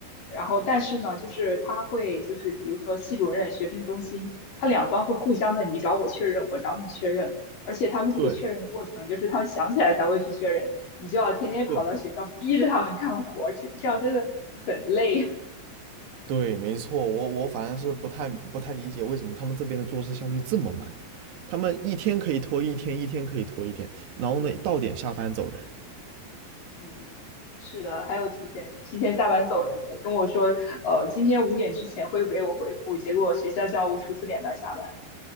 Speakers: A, on the left; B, on the right.
A: 然后但是呢，就是他会就是比如说系主任、学生中心，他两方会互相的你找我确认，我找你确认，而且他们这个确认的过程，
B: 对
A: 就是他们想起来才会去确认，你就要天天跑到学校逼着他们干活，
B: 对，
A: 这这样真的很累。
B: 对，没错，我我反正是不太不太理解为什么他们这边的做事效率这么慢，他们一天可以拖一天，一天可以拖一天，然后呢到点下班走人。
A: <laughs> 嗯，是的，还有提前提前下班走人的，跟我说，呃，今天五点之前会给我回复，结果学校教务处四点半下班，